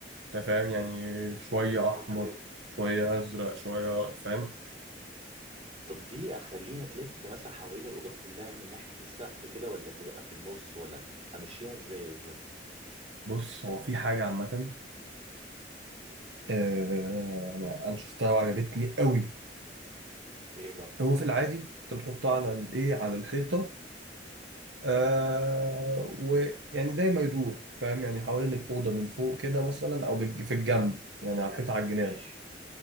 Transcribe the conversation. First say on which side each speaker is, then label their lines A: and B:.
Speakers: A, on the right (about 85°); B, on the right (about 35°).
A: أنت فاهم يعني شوية أحمر
B: اوكي
A: شوية أزرق شوية فاهم
B: طب دي اخليها تلف مثلا حوالين الاوضه كلها من ناحيه السقف كده ولا تبقى في النص ولا امشيها ازاي بالظبط
A: بص هو في حاجة عامة
B: مم.
A: آه، أنا أنا شفتها وعجبتني قوي
B: ايه بقى
A: هو في العادي انت بتحطها على الايه على الحيطه آه ويعني دايما يدور فاهم يعني حوالين الاوضه من فوق كده مثلا او بالج- في الجنب يعني على الحيطه على الجناب
B: ماشي